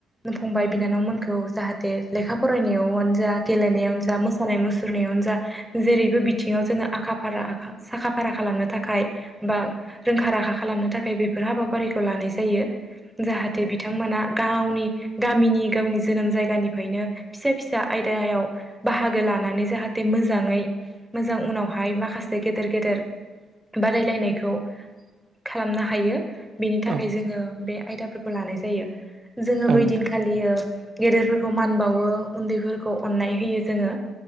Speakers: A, in the centre; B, on the right (about 50°).
A: फंबाय बिनानावमोनखौ जाहाथे लेखा फरायनायावनो जा गेलेनायावनो जा मोसानाय मु सुरनायावनो जा जेरैबो बिथिङाव जोङो आखा फाराखा साखा फारा खालामनो थाखाय बा रोंखा राखा खालामनो थाखाय बेफोर हाबाफारिखौ लानाय जायो जाहाथे बिथांमोना गावनि गामिनि गावनि जोनोम जायगानि फैनो फिसा फिसा आयदायाव बाहागो लानानै जाहाथे मोजाङै मोजां उनावहाय माखासे गेदेर गेदेर बादायलायनायखौ खालामनो हायो बेनि थाखाय
B: औ
A: जोङो बे आयदाफोरखौ लानाय जायो जोङो
B: औ
A: बैदिनखालियो
B: नोंथां
A: गेदेरफोरखौ खौ मान बावो उन्दैफोरखौ अननाय होयो जोङो